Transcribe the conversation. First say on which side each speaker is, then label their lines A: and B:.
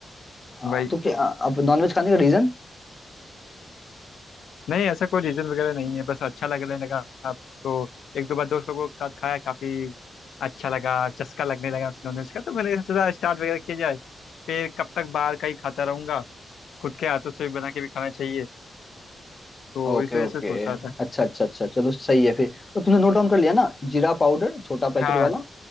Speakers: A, on the left (about 25°); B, on the left (about 80°).
A: हाँ
B: वही
A: तो क्या अब नॉनवेज खाने का रीजन
B: नहीं ऐसा कोई रीजन वगैरह नहीं है बस अच्छा लगने लगा आपको एक दो बार दोस्त लोगों के साथ खाया काफी अच्छा लगा चस्का लगने लगा नॉनवेज का तो मैंने सोचा स्टार्ट वगैरह किया जाए फिर कब तक बाहर का ही खाता रहूंगा खुद के हाथों से भी बना के भी खाना चाहिए तो
A: ओके
B: इस वजह
A: ओके
B: से सोच रहा था
A: अच्छा अच्छा अच्छा चलो सही है फिर तो तुमने नोट डाउन कर लिया ना जीरा पाउडर छोटा पैकेट
B: हाँ
A: वाला